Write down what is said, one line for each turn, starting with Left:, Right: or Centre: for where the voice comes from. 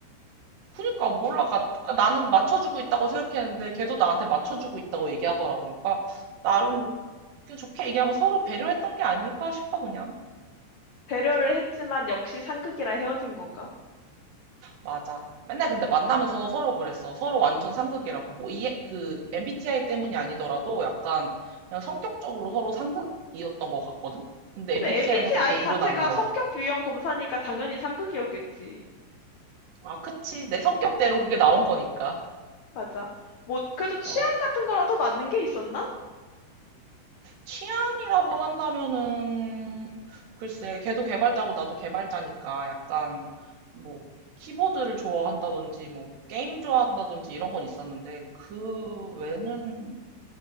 Right: 그러니까 몰라. 가- 그러니까 나는 맞춰주고 있다고 생각했는데 걔도 나한테 맞춰주고 있다고 얘기하더라고. 그러니까 나름 그냥 좋게 얘기하면 서로 배려했던 게 아닐까 싶어 그냥.
Left: 배려를 했지만 역시 상극이라 헤어진 건가?
Right: 맞아. 맨날 근데 만나면서 서로 그랬어. 서로 완전 상극이라고. 뭐 이해 그 MBTI 때문이 아니더라도 약간 그냥 성격적으로 서로 상극이었던 것 같거든. 근데 MBTI에서도
Left: 근데 MBTI
Right: 그게 드러나는
Left: 자체가
Right: 거야.
Left: 성격 유형 검사니까 당연히 상극이었겠지.
Right: 아, 그치. 내 성격대로 그게 나온 거니까.
Left: 맞아. 뭐 그래도 취향
Right: 어,
Left: 같은 거라도 맞는 게 있었나?
Right: 취향이라고 한다면은, 글쎄, 걔도 개발자고 나도 개발자니까 약간, 뭐, 키보드를 좋아한다든지, 뭐, 게임 좋아한다든지 이런 건 있었는데, 그 외는